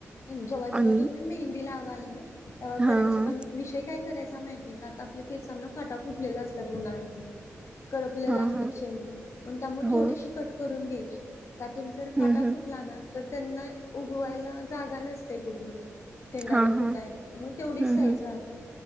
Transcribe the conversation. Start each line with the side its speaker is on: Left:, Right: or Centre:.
Left: जेव्हा जेव्हा
Right: आणि
Left: तुम्ही मेहंदी लावाल ना तेव्हा
Right: हां
Left: करायच
Right: हां
Left: पण विषय काय करायचा मा का आता आपल्या केसांना फाटा फुटलेला असतात उन्हाळ्यातनी करपलेलं
Right: हां,
Left: असतात
Right: हां.
Left: शेंड मण त्यामुळे
Right: हो.
Left: थोडीशी कट करून घ्यायची का तर जर फाटा
Right: हं, हं.
Left: फुटला ना तर त्यांना उगवायला जागा नसते कुठून शेंडांना
Right: हां, हां.
Left: फुटायला मग तेवढीच
Right: हं,
Left: साईज
Right: हं.
Left: राहते